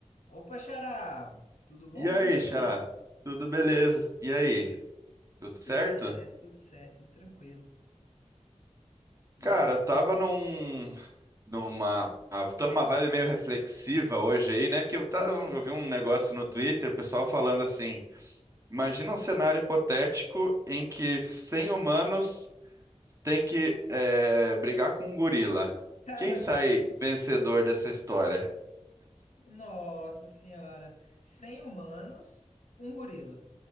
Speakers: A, on the left; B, on the right.
A: Opa, Xará! Tudo bom?
B: E
A: Bom
B: aí,
A: dia.
B: Xará? Tudo beleza? E aí? Tudo certo?
A: Tudo certo, tudo certo, tudo tranquilo. E
B: Cara,
A: aí?
B: tava num, numa, tô numa vibe meio reflexiva hoje aí, né? Que eu, ta-
A: Uhum.
B: eu vi um negócio no Twitter, pessoal falando assim: imagina um cenário hipotético em que 100 humanos têm que é, brigar com um gorila.
A: Caramba,
B: Quem sai vencedor dessa história?
A: nossa senhora. 100 humanos, um gorila.